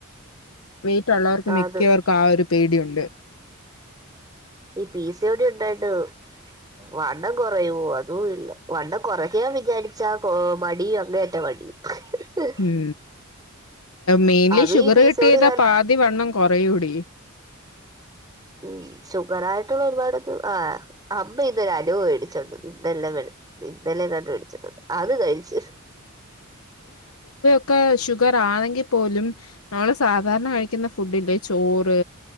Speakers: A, on the left (about 80°); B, on the right (about 20°).
A: വെയ്‌റ്റുള്ളവർക്കും
B: ആ
A: മിക്യവർക്കും
B: അത്
A: ആ ഒരു പേടിയുണ്ട്.
B: ഈ പീ സി യോടി ഉണ്ടായിണ്ട് വണ്ണം കുറയോ അതും ഇല്ല വണ്ണം കുറക്യാൻ വിചാരിച്ചാ കൊ മടിയും അങ്ങേയറ്റം മടി <unintelligible>
A: മ് മെയിൻലി
B: അതും
A: sugar
B: ഈ P
A: കട്ടെയ്താ
B: C O D
A: പാതി വണ്ണം കുറയൂടി.
B: മ് ഷുഗറായിട്ട്ള്ള ഒരുപാടൊന്ന് ആ. അമ്മ ഇന്നൊര് അലുവ വേടിച്ചോണ്ടന്ന് ഇന്നെല്ല ഇന്നെലെങ്ങാണ്ട് വേടിച്ചൊണ്ടാന്ന്. അത് കഴിച്ച്.
A: ക്കെ ഷുഗറാണെങ്കിൽ പോലും നമ്മള് സാധാരണ കഴികിന്ന ഫുഡി ല്ലേ ചോറ്